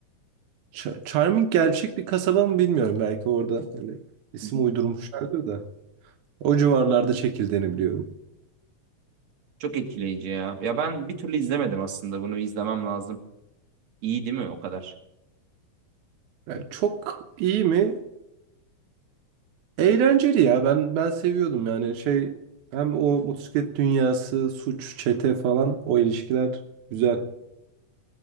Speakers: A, on the right; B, on the right.
A: Ch- Charming gerçek bir kasaba mı bilmiyorum. Belki orada hani isim
B: Hı hı.
A: uydurmuşlardır da. O civarlarda çekildiğini biliyorum.
B: Çok etkileyici ya. Ya ben bir türlü izlemedim aslında bunu izlemem lazım. İyi değil mi o kadar?
A: Yani çok iyi mi? Eğlenceli ya. Ben ben seviyordum yani şey hem o motosiklet dünyası, suç, çete falan o ilişkiler güzel.